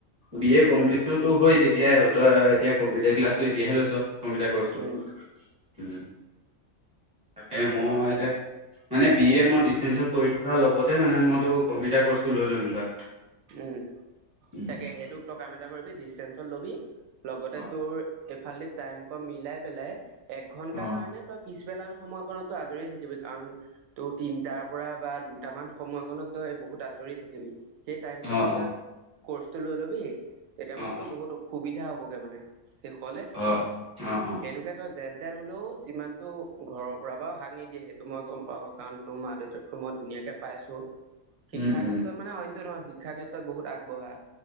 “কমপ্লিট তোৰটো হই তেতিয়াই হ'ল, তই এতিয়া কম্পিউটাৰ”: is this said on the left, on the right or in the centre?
Centre